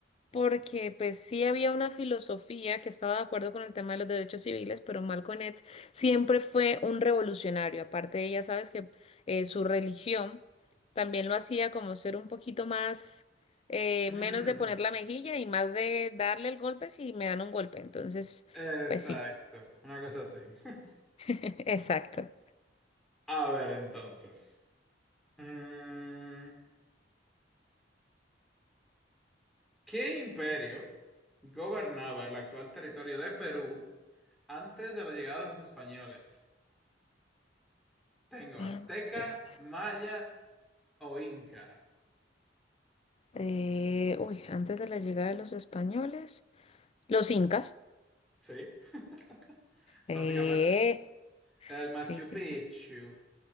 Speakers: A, on the left (about 35°); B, in the centre.
A: porque pues sí había una filosofía que estaba de acuerdo con el tema de los derechos civiles, pero Malcolm X siempre fue un revolucionario. Aparte de ella, sabes que eh, su religión también lo hacía como ser un poquito más, eh,
B: Mm,
A: menos de poner la mejilla y más de darle el golpe si me dan un golpe. Entonces,
B: exacto.
A: pues sí,
B: Una cosa así. <laughs>
A: <laughs> exacto.
B: A ver, entonces. Mm, ¿qué imperio gobernaba el actual territorio de Perú? Antes de la llegada de los españoles, tengo
A: Antes,
B: azteca, maya o inca.
A: eh, uy, antes de la llegada de los españoles, los incas.
B: Sí, <laughs> básicamente.
A: Eh,
B: El Machu
A: sí, sí.
B: Picchu.